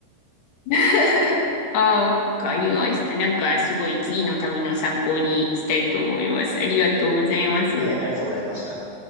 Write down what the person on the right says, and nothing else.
はい、ありがとうございました。